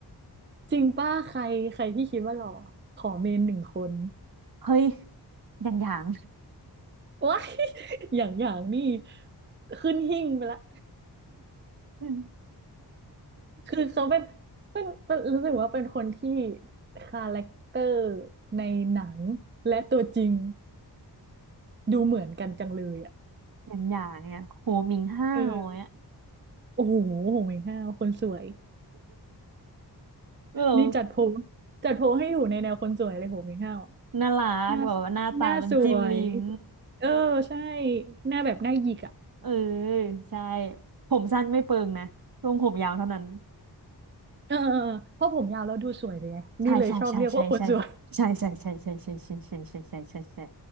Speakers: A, on the right; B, on the right.
A: จริงป้าใครใครที่คิดว่าหล่อขอเมนหนึ่งคน
B: เฮ้ยอย่างอย่าง
A: ว้าย <laughs> อย่างอย่างนี่ขึ้นหิ้งไปละ
B: <laughs> อืม
A: คือเขาเป็นเป็นเป็นรู้สึกว่าเป็นคนที่คาแรคเตอร์ในหนังและตัวจริงดูเหมือนกันจังเลยอ่ะ
B: อย่างอย่างเนี่ยโหมิงห้าวเนี่ย
A: เออโอ้โหโหเมงห้าวคนสวย
B: เออ
A: นี่จัดโพลจัดโพลให้อยู่ในแนวคนสวยเลยโหเมงห้าวอะ
B: น่ารักแบบว่าหน้าตามันจิ้มลิ้ม
A: หน้าหน้าสวยเออใช่หน้าแบบหน้าหยิกอ่ะ
B: เออใช่ผมสั้นไม่เปิงนะลงผมยาวเท่านั้น
A: เออเออเออเพราะผมยาวแล้วดูสวยเลยไงนี่เลยชอบเรียกว่าคนสวย
B: ใช่ใช่ใช่ใช่ใช่ใช่ใช่ใช่ใช่ใช่ใช่ใช่ใช่ใช่ใช่ใช่